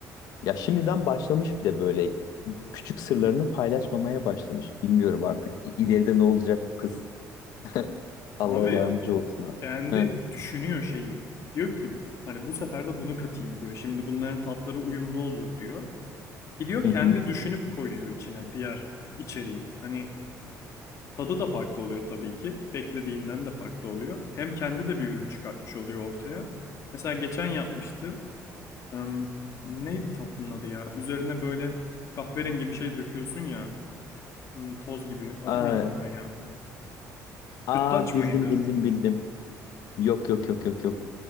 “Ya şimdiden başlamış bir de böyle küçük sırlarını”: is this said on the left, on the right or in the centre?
Left